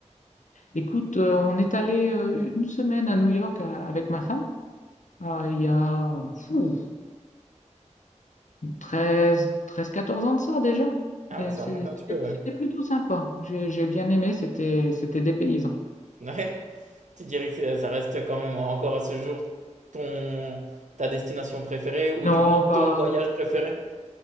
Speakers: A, on the left; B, on the right.
A: Écoute, euh, on est allé euh, une semaine à New York euh, avec ma femme. Ah, il y a fou, 13 13, 14 ans de ça déjà.
B: Ah
A: Et
B: ouais, ça
A: c'est-
B: remonte un
A: C'était
B: petit peu, ouais.
A: c'était plutôt sympa. J'ai j'ai bien aimé, c'était c'était des paysans.
B: Ouais. Tu dirais que c'est- ça reste quand même encore à ce jour ton, ta destination préférée ou
A: Non,
B: du moins
A: pas,
B: ton voyage préféré